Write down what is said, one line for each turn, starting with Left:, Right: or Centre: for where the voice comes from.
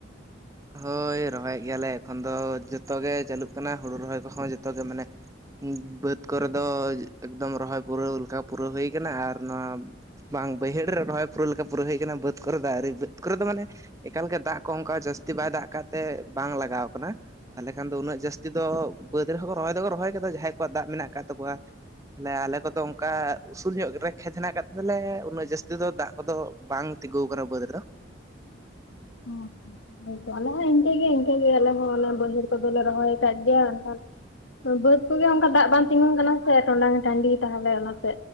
Right: ᱦᱳᱭ ᱨᱚᱦᱚᱭᱮᱫ ᱜᱮᱭᱟᱞᱮ ᱮᱠᱷᱚᱱ ᱫᱚ ᱡᱚᱛᱚ ᱜᱮ ᱪᱟᱹᱞᱩᱜ ᱠᱟᱱᱟ ᱦᱩᱲᱩ ᱨᱚᱦᱚᱭ ᱠᱚᱦᱚᱸ ᱡᱚᱛᱚ ᱜᱮ ᱢᱟᱱᱮ ᱩᱸᱢ ᱵᱟᱹᱫᱽ ᱠᱚᱨᱮ ᱫᱚ ᱮᱠᱫᱚᱢ ᱨᱚᱦᱚᱭ ᱯᱩᱨᱟᱹᱣ ᱞᱮᱠᱟ ᱯᱩᱨᱟᱹᱣ ᱦᱩᱭ ᱠᱟᱱᱟ, ᱟᱨ ᱱᱚᱣᱟ ᱵᱟᱝ ᱵᱟᱹᱭᱦᱟᱹᱲ ᱨᱮ ᱨᱚᱦᱚᱭ ᱯᱩᱨᱟᱹᱣ ᱞᱮᱠᱟ ᱯᱩᱨᱟᱹᱣ ᱦᱮᱡ ᱠᱟᱱᱟ ᱵᱟᱹᱫᱽ ᱠᱚᱨᱮ ᱫᱚ ᱟᱣᱨᱤ, ᱵᱟᱹᱫᱽ ᱠᱚᱨᱮ ᱫᱚ ᱢᱟᱱᱮ ᱮᱠᱟᱞ ᱜᱮ ᱫᱟᱜ ᱠᱚ ᱚᱝᱠᱟ ᱡᱟᱹᱥᱛᱤ ᱵᱟᱭ ᱫᱟᱜ ᱠᱟᱜ ᱛᱮ ᱵᱟᱝ ᱞᱟᱜᱟᱣ ᱠᱟᱱᱟ᱾ ᱛᱟᱦᱚᱞᱮ ᱠᱷᱟᱱ ᱫᱚ ᱩᱱᱟᱹᱜ ᱡᱟᱹᱥᱛᱤ ᱫᱚ ᱵᱟᱹᱫᱽ ᱨᱮᱦᱚᱸ ᱠᱚ ᱨᱚᱦᱚᱭ ᱫᱚᱠᱚ ᱨᱚᱦᱚᱭ ᱠᱟᱫᱟ ᱡᱟᱦᱟᱸᱭ ᱠᱚᱣᱟᱜ ᱫᱟᱜ ᱢᱮᱱᱟᱜ ᱠᱟᱜ ᱛᱟᱠᱚᱣᱟ ᱾ ᱛᱟᱞᱦᱮ ᱟᱞᱮ ᱠᱚᱫᱚ ᱚᱝᱠᱟ ᱩᱥᱩᱞ ᱧᱚᱜ ᱨᱮ ᱠᱷᱮᱛ ᱦᱮᱱᱟᱜ ᱠᱟᱫᱛᱟᱞᱮ ᱩᱱᱟᱹᱜ ᱡᱟᱹᱥᱛᱤ ᱫᱚ ᱫᱟᱜ ᱟᱫᱚ ᱵᱟᱝ ᱛᱤᱸᱜᱩᱣ ᱠᱟᱱᱟ ᱵᱟᱹᱫᱽ ᱨᱮ ᱫᱚ᱾
Left: <unintelligible> ᱦᱳᱭᱛᱚ ᱱᱚᱜ-ᱚᱭ ᱤᱝᱠᱟᱹᱜᱮ ᱤᱝᱠᱟᱹᱜᱮ ᱟᱞᱮ ᱦᱚᱸ ᱵᱟᱹᱭᱦᱟᱹᱲ ᱠᱚᱫᱚ ᱞᱮ ᱨᱚᱦᱚᱭ ᱠᱟᱫ ᱜᱮᱭᱟ, ᱮᱠᱷᱚᱱ ᱵᱟᱹᱫᱽ ᱠᱚᱜᱮ ᱚᱝᱠᱟ ᱫᱟᱜ ᱵᱟᱝ ᱛᱤᱸᱜᱩᱱ ᱠᱟᱱᱟ ᱥᱮ ᱴᱚᱰᱟᱝ ᱴᱟᱸᱰᱤ ᱛᱟᱦᱚᱞᱮ ᱚᱱᱟᱛᱮ